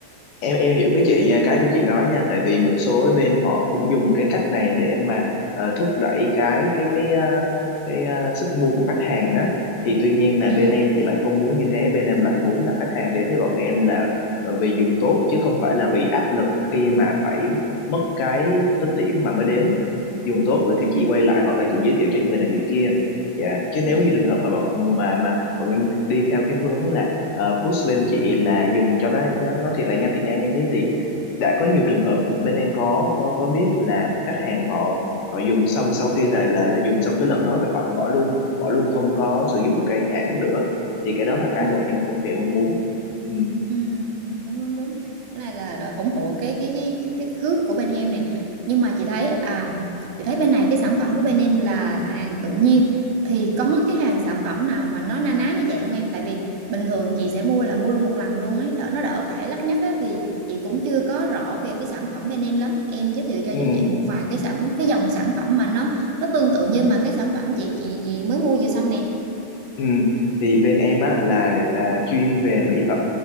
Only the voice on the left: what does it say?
em em hiểu cái chị nha cái của chị nói nha tại vì một số cái bên họ cũng dùng cái cách này để mà ờ, thúc đẩy cái cái cái ờ, cái ờ, sức mua của khách hàng á thì tuy nhiên là
bên em thì lại không muốn như thế bên em lại muốn là khách hàng đến với bọn em là ờ, vì dùng tốt chứ không phải là vì áp lực khi mà phải mất cái tích điểm mà mới đến dùng tốt rồi
cái chị quay lại hoặc là chị giới thiệu cho người này người kia dạ chứ nếu
như trường hợp mà bọn mà mà bọn em đi theo cái hướng là ờ, push bên chị là dùng cho nó nó, nó thiệt là nhanh thiệt nhanh như thế thì đã có nhiều trường hợp bên em có có có biết là khách hàng họ họ dùng xong sau khi là là là dùng xong cái lần đó rồi họ lại bỏ luôn bỏ luôn không có sử dụng cái hãng đó nữa thì cái đó là cái
bọn em không hề mong muốn ừ.
Ừ.
Ừ. Thì bên em á là à, chuyên về mỹ phẩm